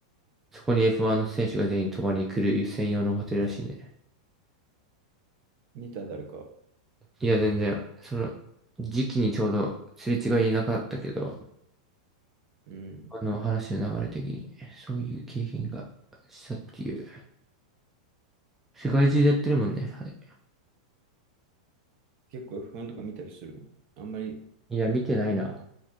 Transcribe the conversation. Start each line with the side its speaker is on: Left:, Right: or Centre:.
Centre: そこに F1 の選手が全員泊まりに来る専用のホテルらしいね。
Right: 見た誰か。
Centre: いや、全然、その時期にちょうどすれ違いなかったけど、
Right: うん。
Centre: あの話の流れ的に、そういう経験がしたっていう。世界中でやってるもんね、あれ。
Right: 結構不安とか見たりするあんまり
Centre: いや、見てないな。